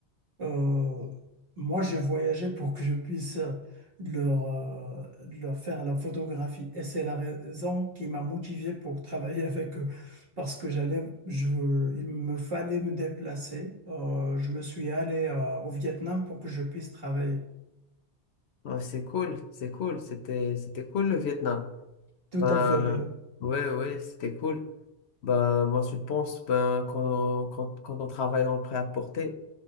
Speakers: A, on the right (about 55°); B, on the left (about 70°).
A: Euh, moi, j'ai voyagé pour que je puisse euh, leur, euh, leur faire la photographie et c'est la raison qui m'a motivé pour travailler <laughs> avec eux parce que j'allais, je, il me fallait me déplacer. Euh, je me suis allé euh, au Vietnam pour que je puisse travailler.
B: Ah, C'est cool, c'est cool. C'était, c'était cool le Vietnam.
A: Tout
B: Ben
A: à fait. Le-
B: ouais, ouais, c'était cool. Ben moi, je pense, ben quand, quand, quand on travaille dans le prêt-à-porter,